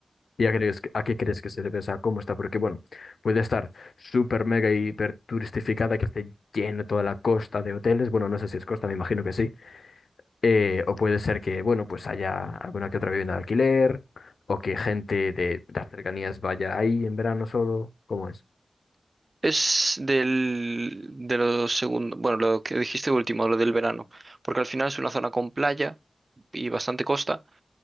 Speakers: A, on the left (about 80°); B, on the right (about 40°).
A: ¿Y a, crees, que- a qué crees que se debe? O sea, ¿cómo está? Porque, bueno, puede estar súper mega hiper turistificada, que esté lleno toda la costa de hoteles. Bueno, no sé si es costa, me imagino que sí. Eh, o puede ser que, bueno, pues haya alguna que otra vivienda de alquiler, o que gente de las cercanías vaya ahí en verano solo. ¿Cómo es?
B: Es del, de lo segundo, bueno, lo que dijiste último, lo del verano, porque al final es una zona con playa y bastante costa.